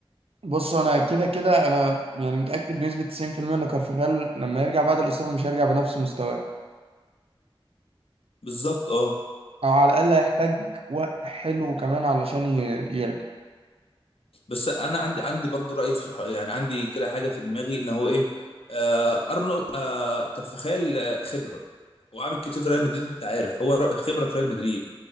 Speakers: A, on the right; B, on the left.
A: بص انا كده كده انا يعني متأكد بنسبة 90% ان كارفاخال لما يرجع بعد الإصابة مش هيرجع بنفس مستواه
B: بالظبط اه
A: او على الأقل هيحتاج وقت حلو كمان علشان ي- يرجع
B: بس انا عندي عندي برضو راي في الحوار يعني عندي كده حاجه في دماغي ان هو ايه آه ارنولد آه كارفخال آه، خبره وعامل كتير في ريال مدريد انت عارف هو ر- خبره في ريال مدريد